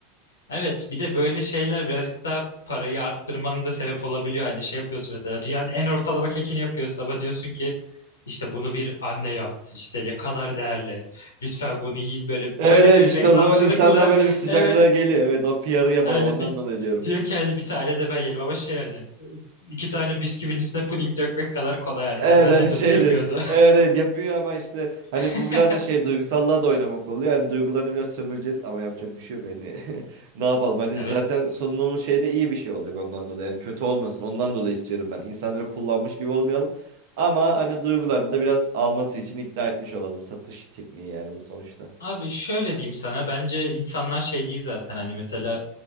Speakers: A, on the left; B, on the right.
A: Evet, bir de böyle şeyler birazcık daha parayı arttırmanın da sebep olabiliyor. Hani şey yapıyorsun mesela dünyanın en ortalama kekini yapıyorsun ama diyorsun ki işte bunu bir anne yaptı. işte ne kadar değerli. Lütfen bunu yiyin böyle
B: Evet
A: böyle
B: evet
A: bir
B: işte
A: reklamcılıkla.
B: o zaman insanlar böyle bir
A: <laughs>
B: sıcaklığa
A: Evet.
B: geliyor. Evet o PR'ı yapalım
A: Öyle
B: ondan
A: bir
B: dolayı diyorum.
A: diyor ki hani bir tane de ben yerim ama şey hani iki tane bisküvinin üstüne puding dökmek kadar kolay yani.
B: Evet
A: Senin annen
B: hani şeydir.
A: de bunu yapıyordu.
B: Evet evet yapıyor ama işte hani
A: <laughs>
B: bu biraz da şey duygusallığa da oynamak oluyor. Yani duygularını biraz sömüreceğiz ama yapacak bir şey yok hani. <laughs> Ne yapalım hani
A: Evet.
B: zaten sunduğumuz şey de iyi bir şey olacak ondan dolayı. Yani kötü olmasın ondan dolayı istiyorum ben. İnsanları kullanmış gibi olmayalım. Ama hani duygularını da biraz alması için ikna etmiş olalım. Satış tekniği yani bu sonuçta.
A: Abi şöyle diyeyim sana bence insanlar şey değil zaten hani mesela